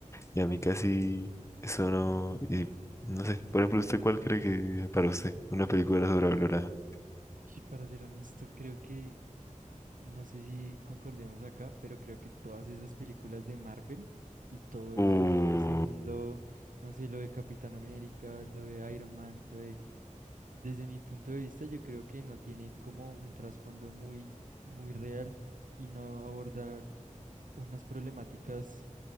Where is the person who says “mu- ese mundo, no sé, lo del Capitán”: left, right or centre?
Right